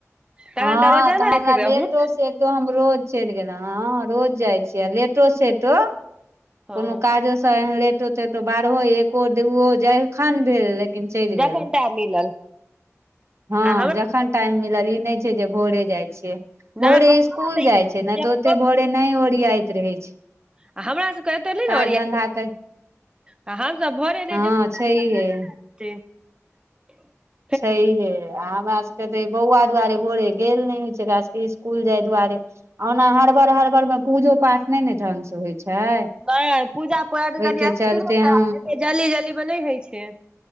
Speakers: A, on the right; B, on the right.
A: तहन
B: हँ
A: रोजाना
B: तऽ
A: जाइत
B: हमरा
A: हेबै अहूँ
B: लेटो सेट तँ हम रोज चलि गेलहुं हँ रोज जाइ छियै लेटो सेटो
A: हँ
B: कोनो काजो सँ एहन लेटो तेटो बारहो एको दूओ जहिखन भेल लेकिन चलि
A: जखन
B: गेलहुँ
A: टाइम मिलल
B: हँ
A: आ हमरा
B: जखन टाइम मिलल ई नहि छै जे भोरे जाइ छियै।
A: नहि
B: भोरे
A: हमरा
B: इसकूल
A: तऽ ई
B: जाइ छै ने
A: जे हम
B: तऽ ओते भोरे नहि ओरियाइत रहै छै
A: आ हमरा सभके एतय नहि
B: काज
A: न ओरियाइत
B: धन्धा कर
A: आ हमसभ भोरे नहि
B: हँ
A: जे
B: छैहे
A: <inaudible>
B: छैहे आ हमरा सबके तऽ ई बौआ दुआरे भोरे गेल नहि होय छै एकरा सबके इसकुल जाइ दुआरे ओहुना हड़बड़ हड़बड़मे में पूजो पाठ नै न ढंग स होइ छै।
A: नहि पूजा पाठ
B: ओहिके
A: कनि अस्थिरे
B: चलते हम
A: से एते जल्दी जल्दी मे नहि हइ छै।